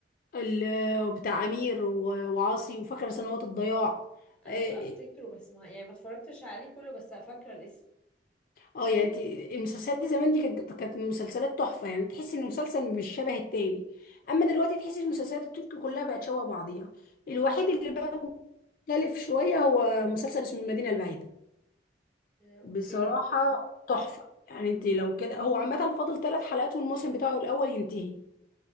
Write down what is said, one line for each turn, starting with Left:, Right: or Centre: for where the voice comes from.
Left: ال- بتاع امير و- وعاصي وفاكره سنوات الضياع
Centre: انا
Left: اه
Centre: ف- افتكره بس ما يعني ما اتفرجتش عليه كله بس فاكره الاسم
Left: آه، يعني انت المسلسلات دي زمان دي كانت كانت مسلسلات تحفه يعني تحس ان المسلسل مش شبه التاني اما دلوقتي تحس المسلسلات
Centre: اه
Left: التركي كلها بقت شبه بعضيها الوحيد
Centre: اه
Left: اللي بقى مختلف شويه هو مسلسل اسمه المدينه البعيده
Centre: آه، اوكي
Left: بصراحة تحفة يعني انت لو كده هو عامة فاضل ثلاث حلقات والموسم بتاعه الأول ينتهي